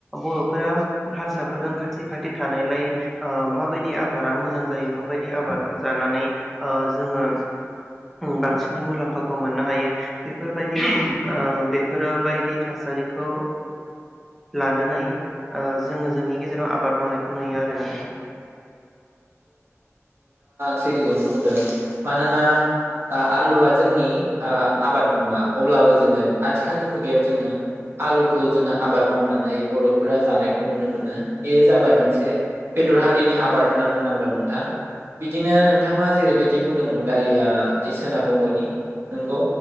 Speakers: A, in the centre; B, on the right.
A: बर'फोरा हारसाफोरजों खाथि खाथि थानायलाय ओ माबायदि आब बादा मोजां जायो माबायदि आबादखौ जानानै ओ जोंङो बांसिनै मुलाम्फाखौ मोननो हायो बेफोरबायदि ओ बेफोर बायदि थासारिखौ लानानै ओ जोङो जोंनि गेजेराव आबाद मावनायखौ नुयो आरो नोंथां।
B: सैथो खौनो बुंदों मानोना आ-आलुआ जोंनि ओ आबाद नङा अब्लाबो जोङो आथि खालनि मुगायाव जोङो आलुखौ जोङो आबाद मावनानै बर'फोरा जानायखौ नुनो मोनो बेयो जाबाय मोनसे बेदर हारिनि आबाद होननानै गोन नोंथां बिदिनो नोंथाङा जेरैबायदि बुंदोंमोन दालिया जि सेनाब बंगनि नंगौ